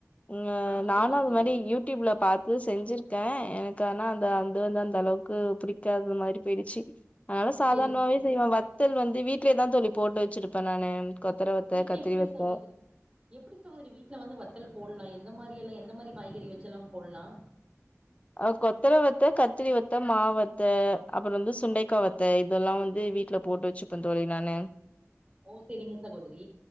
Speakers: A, on the left (about 25°); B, on the right (about 20°).
A: உ
B: ஆமா
A: நானு
B: சகோதரி
A: அது மாதிரி யூ டியூப்ல பாத்து செஞ்சிருக்கே எனக்கு ஆனா அது வந்து அந்த அளவுக்கு பிடிக்காத மாரி போய்டுச்சு அதனால சாதாரணமாவே
B: செரிங்க செரிங்க
A: செய்வே
B: சகோதரி
A: வத்தல் வந்து வீட்லேதா தோழி போட்டு வச்சிருப்பே நானு கொத்தர வத்த
B: வீட்ல
A: கத்திரி
B: எப்டி
A: வத்த
B: சகோதரி எப்டி சகோதரி வீட்ல வந்து வத்தல் போடலா எந்த மாரி எல்லா எந்த மாரி காய்கறி வச்சில்லா போட்லா
A: அ கொத்தர வத்த கத்திரி வத்த மா வத்த அப்றோ வந்து சுண்டைக்கா வத்த இதெல்லா வந்து வீட்ல போட்டு வச்சுப்பே தோழி நானு
B: ஓ சேரிங்க சகோதரி